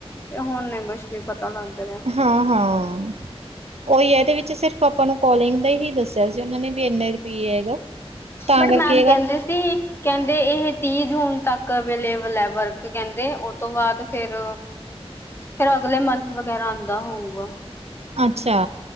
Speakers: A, on the left (about 20°); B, on the right (about 80°).
A: ਤੇ ਹੁਣ ਨਹੀ ਕੁਛ ਵੀ ਪਤਾ ਲੱਗ ਰਿਐ।
B: ਹਾਂ-ਹਾਂ। ਔਹੀ ਹੈ ਏਹਦੇ ਵਿੱਚ ਸਿਰਫ ਆਪਾਂ ਨੂੰ ਕਲਿੰਗ ਦਾ ਈ ਦੱਸਿਆ ਸੀ ਉਹਨਾਂ ਨੇ ਭੀ ਏਨੇ ਰੁਪਿਏ ਹੈਗਾ। ਤਾਂ
A: ਬਟ
B: ਕਰਕੇ
A: ਮੈਮ
B: ਹੈਗਾ
A: ਕਹਿੰਦੇ ਸੀ ਕਹਿੰਦੇ ਇਹ ਤੀਹ ਜੂਨ ਤੱਕ ਅਵੇਲੇਬਲ ਹੈ ਵਰਕ ਕਹਿੰਦੇ ਉਹ ਤੋਂ ਬਾਦ ਫੇਰ ਫੇਰ ਅਗਲੇ ਮੰਥ ਵਗੈਰਾ ਆਂਦਾ ਹੋਊਗਾ।
B: ਅੱਛਾ